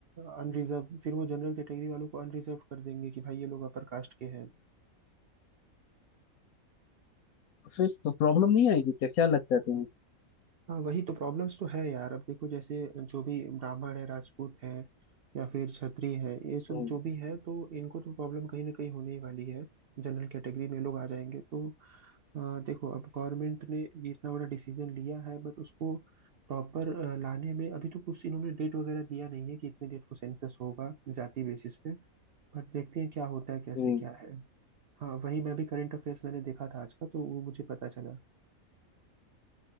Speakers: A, on the right (about 60°); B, on the left (about 85°).
A: अनरिजर्व फिर वो जनरल कैटेगरी वालों को अनरिजर्व कर देंगे कि भाई ये लोग अपर कास्ट के हैं
B: तो फिर तो प्रॉब्लम नहीं आएगी क्या क्या लगता है तुम्हें
A: हाँ वही तो प्रॉब्लम्स तो है यार अब देखो जैसे जो भी ब्राह्मण है राजपूत है या फिर क्षत्रिय है ये सब
B: हम्म
A: जो भी है तो इनको तो प्रॉब्लम कहीं ना कहीं होने ही वाली है जनरल कैटेगरी में लोग आ जाएंगे तो अ, देखो अब गवर्नमेंट ने ये इतना बड़ा डिसीजन लिया है बट उसको प्रॉपर लाने में अभी तो कुछ इन्होंने डेट वगैरह दिया नहीं है कि इतने डेट को सेंसस होगा जाति बेसिस पे बट देखते हैं क्या होता है कैसे
B: हम्म,
A: क्या है हाँ वही मैं भी करंट अफेयर्स मैंने देखा था आज का तो वो मुझे पता चला